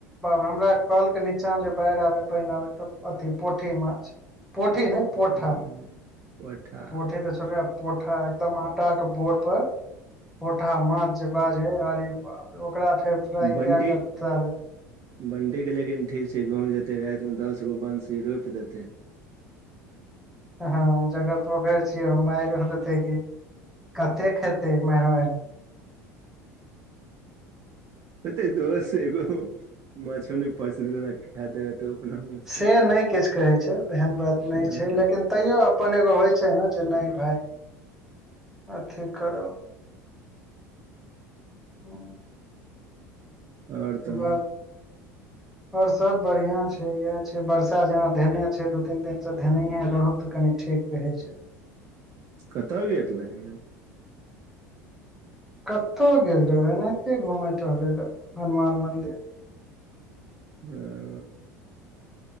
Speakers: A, in the centre; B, on the right (about 40°).
A: बा हमरा कॅल के नीचा जे बाढ़ि आबे पानि आबे तऽ अथी पोठी माछ पोठी नै पोठा।
B: पोठा
A: पोठी तऽ छोटका पोठा एकदम आटा के बोर पर पोठा माछ जे बाजैय आरे बाप रे ओकरा फेर फ्राई
B: बंटी
A: कए के तर
B: बंटीके लेकिन ठीक छै गाँँव जेतै रातिमे दसगो बंशी रोपि देतै
A: हँ जकर पोखर छिय मायरो देते की कतेक खेत ते मैरमैर
B: एते दोस एगो मछो नहि फंस <unintelligible> ने खाय देब तऽ अपना मत
A: से नहि किछ कहै छै एहन बात नहि
B: उएह
A: छै लेकिन तैयो अपन एगो होइ छै ने जे नहि भाय अथी करो हु।
B: आओर तहन
A: ब और सब बढ़िया छै येह छै वर्षा जेना धेने छै दू तीन दिन स धेनेये रहौ त कनि ठीक रहै छै।
B: कतऽ गेल रहै?
A: कत्ता गेल रहबै एनाहिते घुमय टहले लै हनुमान मंदिर।
B: वै